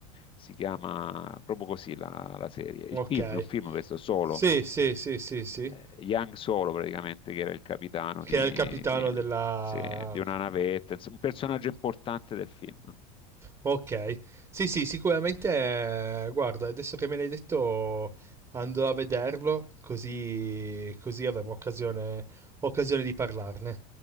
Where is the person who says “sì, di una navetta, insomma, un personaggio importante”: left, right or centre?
Left